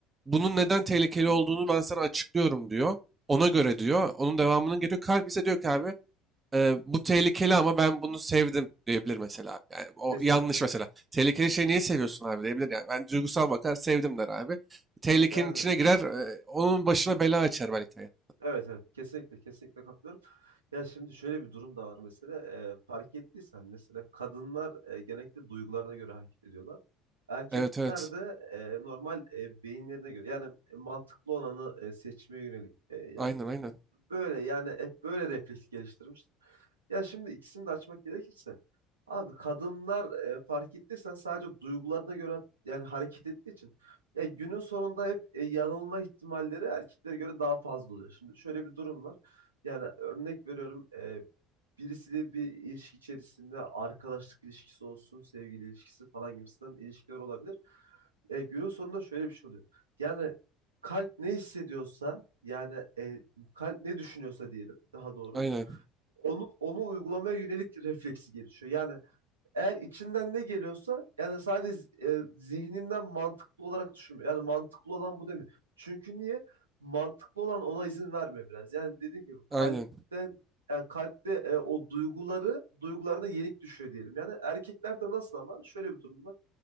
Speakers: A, on the right (about 25°); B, on the right (about 80°).
A: bunun neden tehlikeli olduğunu ben sana açıklıyorum diyor. Ona göre diyor, onun devamının geliyor. Kalp ise diyor ki abi ee, bu tehlikeli ama ben bunu sevdim diyebilir mesela. Yani o
B: Kesinlikle.
A: yanlış mesela. Tehlikeli şeyi niye seviyorsun
B: Kesinlikle.
A: abi diyebilir yani. Ben duygusal bakar sevdim der abi. Tehlikenin
B: Yani
A: içine girer, e, onun başına bela açar belki. hayat.
B: evet evet kesinlikle kesinlikle katılıyorum. Ya şimdi şöyle bir durum da var mesela. Ee, fark ettiysen mesela kadınlar e, genellikle duygularına göre hareket ediyorlar. Erkekler
A: Evet evet.
B: de e, normal e, beyinlerine göre yani mantıklı olanı e, seçmeye yönelik. E, yani
A: Aynen aynen.
B: böyle yani hep böyle refleks geliştirmiş. Ya şimdi ikisini de açmak gerekirse abi kadınlar e, fark ettiysen sadece duygularına göre hat- yani hareket ettiği için ya günün sonunda hep e, yanılma ihtimalleri erkeklere göre daha fazla oluyor. Şimdi şöyle bir durum var. Yani örnek veriyorum e, birisiyle bir ilişki içerisinde arkadaşlık ilişkisi olsun, sevgili ilişkisi falan gibisinden ilişkiler olabilir. E, günün sonunda şöyle bir şey oluyor. Yani kalp ne hissediyorsa yani e, kalp ne düşünüyorsa diyelim daha doğru
A: Aynen.
B: olur. Onu onu uygulamaya yönelik refleksi gelişiyor. Yani eğer içinden ne geliyorsa yani sadece z- e, zihninden mantıklı olarak düşünme. Yani mantıklı olan bu demiyor. Çünkü niye? Mantıklı olan ona izin vermiyor biraz. Yani dediğim gibi kalpte
A: Aynen.
B: yani kalpte e, o duyguları duygularına yenik düşüyor diyelim. Yani erkeklerde nasıl ama şöyle bir durum var.